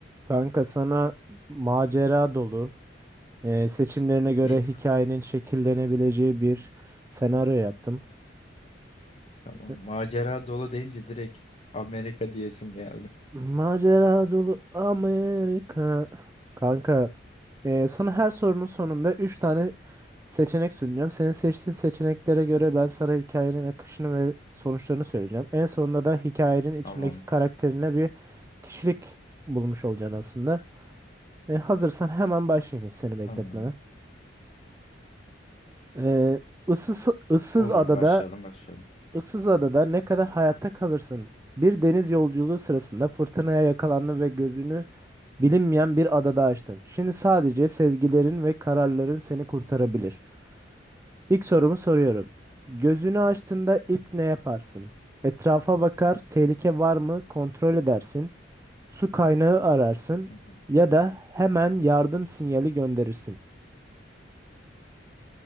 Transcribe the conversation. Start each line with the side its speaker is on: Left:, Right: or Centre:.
Right: Kanka sana macera dolu, e, seçimlerine göre
Left: Bir
Right: hikayenin şekillenebileceği bir senaryo yaptım.
Left: tamam.
Right: E,
Left: Macera dolu deyince direkt Amerika diyesim geldi.
Right: Macera dolu Amerika. Kanka, e, sana her sorunun sonunda 3 tane seçenek sunacağım. Senin seçtiğin seçeneklere göre ben sana hikayenin akışını ve sonuçlarını söyleyeceğim. En sonunda da hikayenin içindeki
Left: Tamam.
Right: karakterine bir kişilik bulmuş olacaksın aslında. E, hazırsan hemen başlayayım hiç seni bekletmeden.
Left: Tamam.
Right: Ee, ıssız, ıssız
Left: Olur
Right: adada,
Left: başlayalım başlayalım.
Right: ıssız adada ne kadar hayatta kalırsın? Bir deniz yolculuğu sırasında fırtınaya yakalandın ve gözünü bilinmeyen bir adada açtın. Şimdi sadece sezgilerin ve kararların seni kurtarabilir. İlk sorumu soruyorum. Gözünü açtığında ilk ne yaparsın? Etrafa bakar, tehlike var mı kontrol edersin, su kaynağı ararsın
Left: Hı hı.
Right: ya da hemen yardım sinyali gönderirsin.